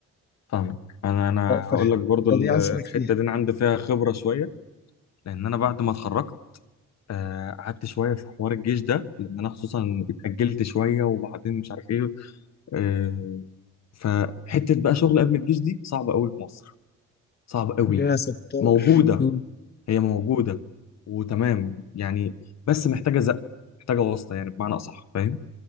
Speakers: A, on the left; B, on the left.
A: فاهمك انا انا هقول
B: فالحته
A: لك برضو ال-
B: دي عايز
A: الحته
B: اسالك فيها
A: دي انا عندي فيها خبره شويه لان انا بعد ما اتخرجت آه، قعدت شويه في حوار الجيش ده لان انا خصوصا اتاجلت شويه وبعدين مش عارف ايه آه، فحته بقى شغل قبل الجيش دي صعبه قوي في مصر صعبه قوي
B: يا ستار
A: موجوده
B: مم.
A: هي موجوده وتمام يعني بس محتاجه زق محتاجه واسطه يعني بمعنى اصح فاهم